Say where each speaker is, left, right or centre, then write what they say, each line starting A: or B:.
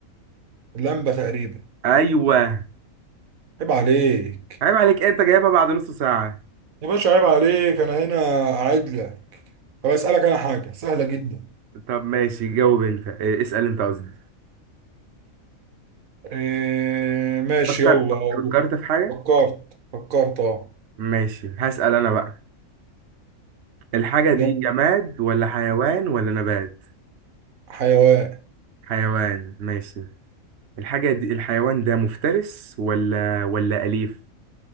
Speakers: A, on the right; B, on the right.
A: لمبة تقريبا
B: ايوه
A: عيب عليك
B: عيب عليك انت جايبها بعد نص ساعة
A: يا باشا عيب عليك أنا هنا قاعد لك طب أسألك أنا حاجة سهلة جدا
B: طب ماشي جاوب انت إيه، اسأل انت قصدي
A: إيه ماشي
B: فكر
A: يلا أقول.
B: فكرت في حاجة
A: فكرت فكرت أه
B: ماشي هسأل انا بقى الحاجة
A: يلا
B: دي جماد ولا حيوان ولا نبات
A: حيوان
B: حيوان ماشي الحاجة دي الحيوان ده مفترس ولا ولا أليف